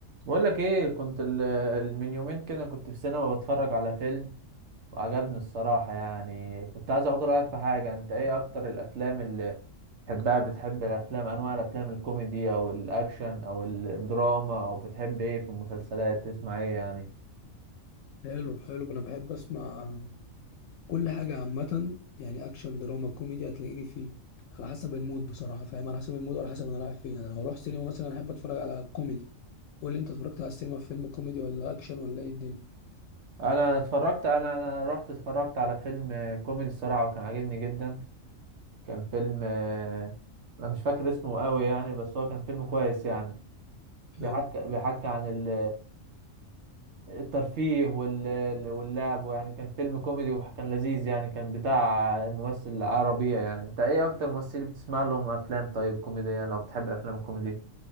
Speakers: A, on the right (about 60°); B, on the left (about 75°).
A: بقول لك ايه كنت ال- ال- من يومين كده كنت في سينما بتفرج على فيلم وعجبني الصراحة يعني كنت عايز اخد رأيك في حاجة انت ايه اكتر الافلام اللي بتحبها بتحب الافلام انواع الافلام الكوميدي او الاكشن او الدراما او بتحب ايه في المسلسلات تسمع ايه يعني
B: حلو حلو انا بحب اسمع كل حاجه عامه يعني اكشن دراما كوميدي هتلاقيني فيه على حسب المود بصراحه فاهم على حسب المود وعلى حسب انا رايح فين انا لو اروح سينما مثلا احب اتفرج على كوميدي قول لي انت اتفرجت على السينما في فيلم كوميدي ولا اكشن ولا ايه الدنيا
A: انا اتفرجت انا انا رحت اتفرجت على فيلم كوميدي الصراحة وكان عاجبني جدا كان فيلم آه، انا مش فاكر اسمه قوي يعني بس هو كان فيلم كويس يعني
B: حلو.
A: بيحكي بيحكي عن ال الترفيه وال- واللعب ويعني كان فيلم كوميدي وكان لذيذ يعني كان بتاع ممثل عربية يعني انت ايه اكتر ممثل بتسمع لهم افلام طيب كوميدية لو بتحب الافلام الكوميدي